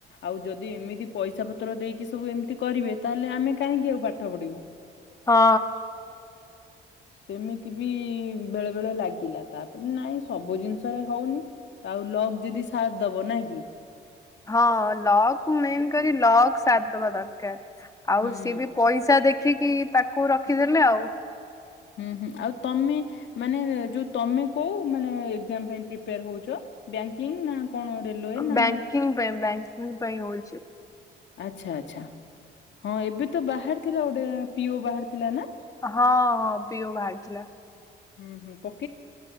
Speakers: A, on the left (about 65°); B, on the left (about 15°).
A: ଆଉ ଯଦି ଏମିତି ପଇସା ପତ୍ର ଦେଇକି ସବୁ ଏମିତି କରିବେ ତାହେଲେ ଆମେ କାହିଁକି ଆଉ ପାଠ ପଢିବୁ।
B: ହଁ।
A: ସେମିତି ବି ବେଳେ ବେଳେ ଲାଗିଲା। ତାପରେ ନାଇଁ ସବୁ ଜିନିଷରେ ହଉନି ଆଉ ଲକ୍ ଯଦି ସାଥ ଦବ ନାଇଁ କି।
B: ହଁ ଲକ୍ ମେନ୍ କରି ଲକ୍ ସାଦ୍ ଦବା ଦରକାର ଆଉ
A: ହୁଁ
B: ସିଏ ବି ପଇସା ଦେଖିକି ତାକୁ ରଖିଦେଲେ ଆଉ।
A: ହୁଁ, ହୁଁ ଆଉ ତମେ ମାନେ ଯୋଉ ତମେ କୋଉ ମାନେ ଏକ୍ଜାମ ପାଇଁ ପ୍ରିପେୟାର ହଉଛ ବ୍ୟଙ୍କିଙ୍ଗି ନା କଣ ରେଲୱେ ନା
B: ବ୍ୟାଙ୍କିଙ୍ଗ ପାଇଁ ବ୍ୟଙ୍କିଙ୍ଗି ପାଇଁ ହଉଛି।
A: ଆଚ୍ଛା ଆଚ୍ଛା ହଁ ଏବେ ତ ବାହାରି ଥିଲା ଗୋଟେ ପିଓ ବାହାରି ଥିଲା ନା।
B: ହଁ, ହଁ ପିଓ ବାହାରିଥିଲା।
A: ହୁଁ-ହୁଁ ପ